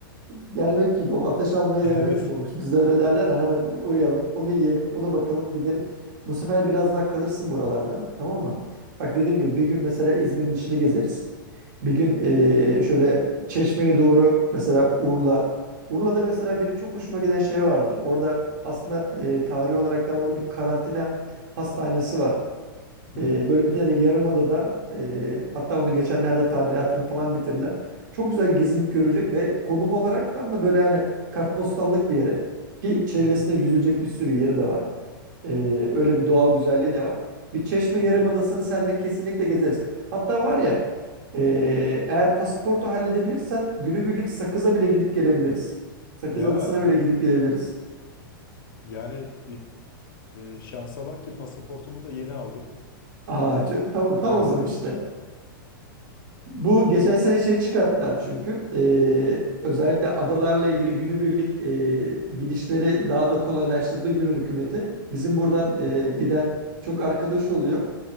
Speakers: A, on the right; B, on the left.
A: e, gelmek gibi olmuş. Ateş almaya
B: <laughs>
A: gelmek gibi olmuş.
B: Evet.
A: Bizde öyle derler ya hemen uğrayalım, onu yiyelim, buna bakalım, gidelim. Bu sefer biraz daha kalırsın buralarda, tamam mı? Bak dediğim gibi bir gün mesela İzmir'in içini gezeriz. Bir gün e, şöyle Çeşme'ye doğru mesela Urla. Urla'da mesela benim çok hoşuma giden şey vardır. Orada aslında e, tarihi olarak da orada bir karantina hastanesi var.
B: Hı
A: Ee,
B: hı,
A: böyle bir tane yarımadada e, hatta onu geçenlerde tadilatını falan bitirdiler. Çok güzel gezinip görülecek ve konum olaraktan da böyle hani kartpostallık bir yere ki çevresinde
B: hı hı.
A: yüzülecek bir sürü yeri de var. Ee, öyle bir doğal güzelliği de var. Bir Çeşme
B: Çok
A: Yarımadası'nı
B: iyi.
A: seninle kesinlikle gezeriz. Hatta var ya e, eğer pasaportu halledebilirsen günübirlik Sakız'a bile gidip gelebiliriz. Sakız
B: Ya
A: Adası'na bile gidip gelebiliriz.
B: yani e, şansa bak ki pasaportumu da yeni aldım.
A: Aa, ç- tamam tam
B: Yeniledim.
A: o zaman işte. Bu geçen sene şeyi çıkarttılar çünkü. Ee, özellikle adalarla ilgili günübirlik e, gidişleri daha da kolaylaştırdı Yunan hükümeti. Bizim buradan e,
B: Oo.
A: giden çok arkadaş oluyor.